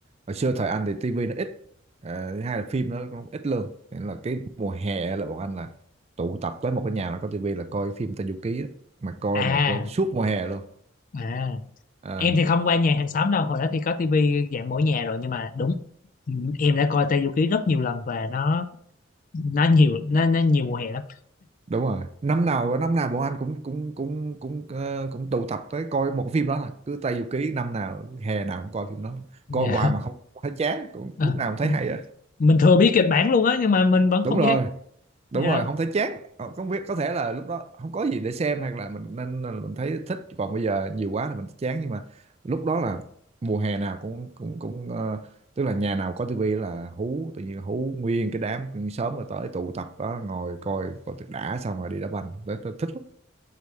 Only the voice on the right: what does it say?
hồi xưa thời anh thì tivi nó ít Ờ, thứ hai là phim nó cũng ít lương nên là cái mùa hè là bọn anh là tụ tập tới một cái nhà là có tivi là coi cái phim Tây Du Ký á. mà coi
mà coi suốt mùa hè luôn
Ờ,
đúng rồi năm nào năm nào bọn anh cũng cũng cũng cũng ờ, cũng tụ tập tới coi một phim đó là cứ Tây Du Ký năm nào hè nào cũng coi phim đó
coi hoài mà không thấy chán cũng,
lúc nào cũng thấy hay
đúng
rồi
đúng
rồi không thấy chán Ờ, không biết có thể là lúc đó không có gì để xem hay là mình nên là mình thấy thích còn bây giờ nhiều quá thì mình chán nhưng mà lúc đó là mùa hè nào cũng cũng cũng ờ, tức là nhà nào có tivi là hú tự nhiên hú nguyên cái đám sớm rồi tới tụ tập đó ngồi coi coi tuyệt đã xong rồi đi đá banh tới tôi thích lắm